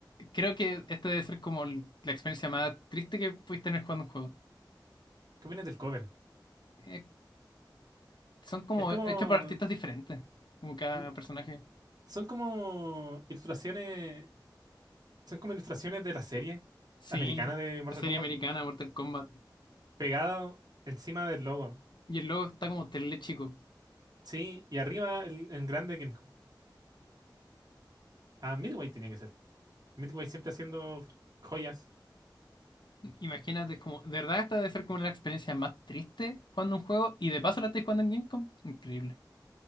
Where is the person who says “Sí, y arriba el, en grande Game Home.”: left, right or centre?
Right